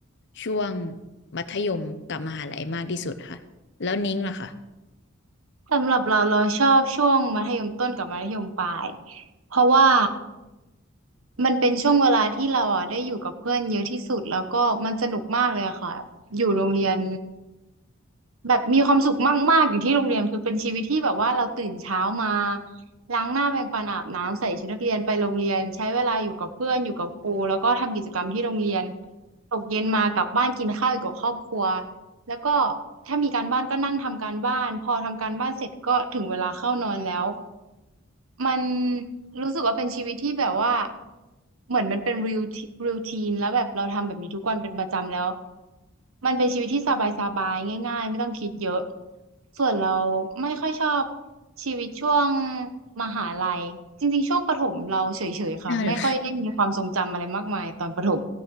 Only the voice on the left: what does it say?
ช่วงมัธยมกับมหาลัยมากที่สุดค่ะแล้วนิ้งล่ะค่ะ
น่าเหรอ